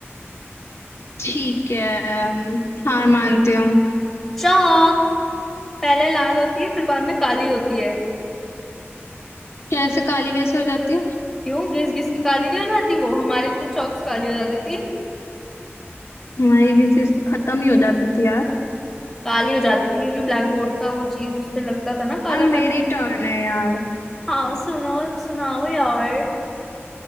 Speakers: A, on the left; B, in the centre.
A: ठीक है अम, हार मानती हूँ
B: चौक पहले लाल होती है फिर बाद में काली होती है
A: कैसे काली कैसे हो जाती है
B: क्यों घिस घिस के काली नहीं हो जाती वो हमारी तो चौक से काली हो जाती थी
A: हमारी डिजीज खत्म ही हो जाती थी यार
B: काली हो जाती थी क्योंकि ब्लैक बोर्ड का वो चीज उस पे लगता था ना कालापन
A: अब मेरी टर्न है यार
B: हाँ सुनो सुनाओ यार